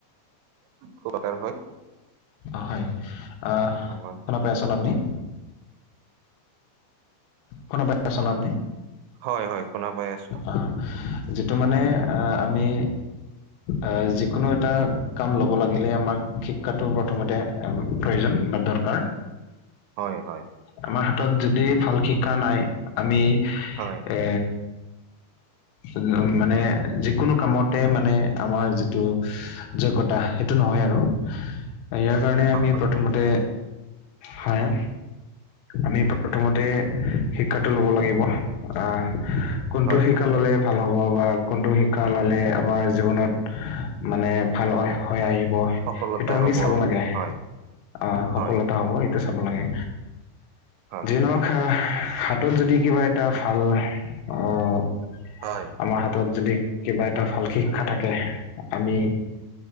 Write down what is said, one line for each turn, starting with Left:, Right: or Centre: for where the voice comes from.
Right: খুব আকাৰ হয়
Left: অ হয় আহ
Right: আমাক
Left: শুনা পাই আচা ন আপুনি। শুনা পাই আছেনে
Right: অ
Left: আপুনি
Right: হয় হয় শুনা পাই আছো।
Left: অ যিটো মানে আমি আহ যিকোনো এটা কাম লব লাগিলে আমাক শিক্ষাটো প্ৰথমতে প্ৰয়োজন- বা দৰকাৰ
Right: হয়, হয়,
Left: আমাৰ হাতত যদি ভাল শিক্ষা নাই আমি
Right: হয়,
Left: এ উ মানে যিকোনো কামতে মানে আমাৰ যিটো যোগ্যতা সেইটো নহয় আৰু- ইয়াৰ কাৰণে আমি
Right: হয়,
Left: প্ৰথমতে হয়। আমি প্ৰথমতে শিক্ষাটো লব লাগিব আহ কোনটো
Right: হয়
Left: শিকা
Right: হয়
Left: ললে ভাল হ'ব বা কোনটো শিক্ষা ললে আমাৰ জীৱনত মানে ভাল হৈ আহিব।
Right: সফলতা
Left: সেইটো আমি
Right: হ'ব।
Left: চাব লাগে
Right: হয়,
Left: অ সফলতা
Right: হয়,
Left: হ'ব সেইটো চাব লাগে।
Right: হয়,
Left: জনক হাতত যদি কিবা এটা ভাল অহ।
Right: হয়,
Left: আমাৰ হাতত যদি কিবা এটা ভাল শিক্ষা থাকে আমি।